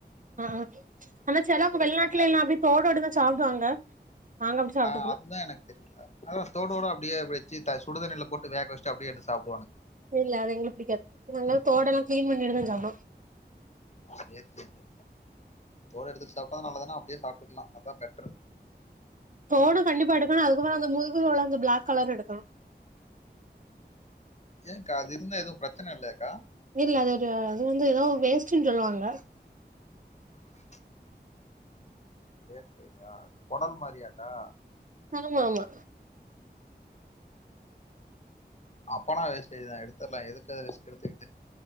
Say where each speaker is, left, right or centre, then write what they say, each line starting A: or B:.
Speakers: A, on the right; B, on the left.
A: ஆஹ் ஆன செலவு வெளிநாட்லேல்லா
B: அ நெறை
A: அப்டி தோலோடதா சாப்டுவாங்க நாங்க அப்டி சாப்ட்டதுல்ல
B: ஆஹ் அதுதா எனக்கு தெரியில அத தோடோட அப்டியே அப்டி வச்சி த சுடு தண்ணில போட்டு வேக வச்ட்டு அப்டியே எடுத்து சாப்
A: இல்ல அது எங்களுக் புடிக்காது நாங்க தோடெல்லா க்ளீன் பண்ணிட்டுதா சாப்டுவோ
B: சேர் சேரி தோல் எடுத்து சாப்டா நல்லதுனா அப்டியே சாப்பிட்டுக்கலா அதா பெட்டரு
A: ஃபோனு கண்டிப்பா எடுக்கணு அதுக்குப்புற அந்த முதுகு உள்ள அந்த பிளாக் கலர் எடுக்கனு
B: ஏக்கா அது இருந்த எதுவும் பிரச்சனை இல்லையக்கா
A: இல்ல அது அது வந்து ஏதோ வேஸ்ட்ன்னு சொல்லுவாங்க
B: <inaudible> பேச கேதா கொடல் மாரியாக்கா
A: ஆமா ஆமா
B: அப்பனா வேஸ்ட்டேஜ் தா எடுத்தலா எதுக்கு ஏ ரிஸ்க் எடுத்துக்கிட்டு